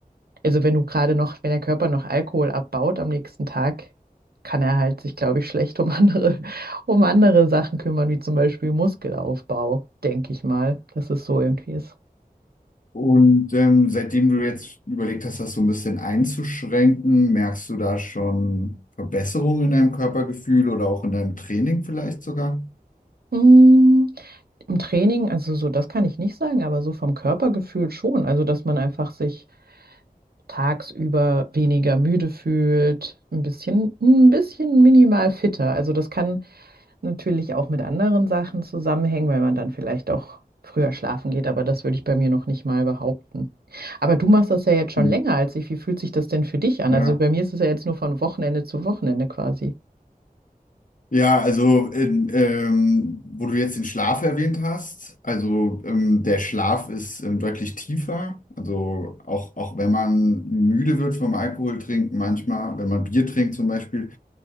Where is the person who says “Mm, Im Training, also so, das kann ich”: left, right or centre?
Right